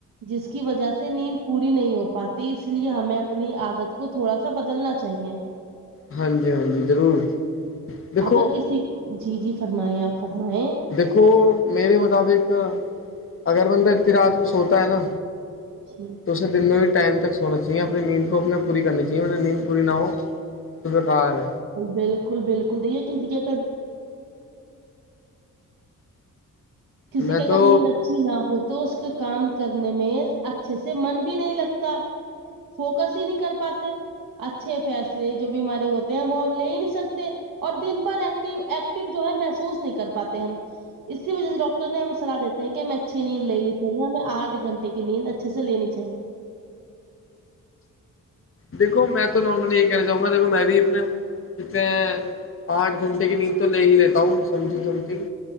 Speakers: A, on the right; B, on the left.
A: جس کی وجہ سے نیند پوری نہیں ہو پاتی اس لیے ہمیں اپنی عادت کو تھوڑا سا بدلنا چاہیے
B: ہاں جی ہاں جی ضرور دیکھو
A: اگر کسی جی جی فرمائیں آپ فرمائیں
B: دیکھو میرے مطابق اگر بندہ اتنی رات کو سوتا ہے نا
A: جی
B: تو اسے دن میں بھی ٹائم تک سونا چاہیے اپنی نیند کو اپنا پوری کرنی چاہیےطب نیند پوری نہ ہو تو بے کار ہے
A: بالکل بالکل دیکھے کسی کی کسی
B: میں
A: کی اگر
B: تو
A: نیند اچھی نہ ہوتی تو اس کا کام کرنے میں اچھے سے من بھی نہیں لگتا فوکس ہی نہیں کر پاتے اچھے فیصلے جو بھی ہمارے ہوتے ہیں وہ ہم لے ہی نہیں سکتے اور دن بھر ایکٹیو ایکٹو جو ہے محسوس نہیں کر پاتے ہم اسی وجہ سے ڈاکٹر ڈاکٹر نے ہمیں صلاح دیتے ہیں کہ ہمیں اچھی نیند لینی چاہیے ہمیں آٹھ گھنٹے کی نیند اچھے سے لینی چاہیے
B: دیکھو میں تو نارملی یہ کہنا چاہوں گا دیکھو میں بھی اپنا جیسے آٹھ گھنٹے کے کی نیند تو لے ہی لیتا ہوں سمنو سم تھنگ